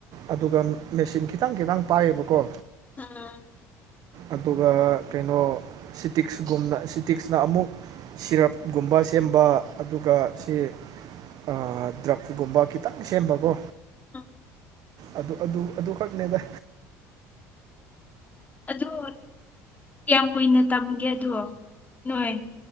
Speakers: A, on the right (about 60°); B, on the left (about 20°).
A: ꯑꯗꯨꯒ ꯃꯦꯆꯤꯟ ꯈꯤꯇꯪ ꯈꯤꯇꯪ ꯄꯥꯏꯌꯦꯕꯀꯣ
B: ꯑꯝ
A: ꯑꯗꯨꯒ ꯀꯩꯅꯣ ꯁꯤꯇꯤꯛꯁꯒꯨꯝꯅ ꯁꯤꯇꯤꯛꯁꯅ ꯑꯃꯨꯛ ꯁꯤꯔꯞꯒꯨꯝꯕ ꯁꯦꯝꯕ ꯑꯗꯨꯒ ꯁꯤ ꯑ ꯗ꯭ꯔꯛꯒꯨꯝꯕ ꯈꯤꯇꯪ ꯁꯦꯝꯕꯀꯣ
B: ꯎꯝ
A: ꯑꯗꯨ ꯑꯗꯨ ꯑꯗꯨꯈꯛꯅꯦꯗ
B: ꯑ ꯀꯌꯥꯝ ꯀꯨꯏꯅ ꯇꯝꯒꯦ ꯑꯗꯣ ꯅꯣꯏ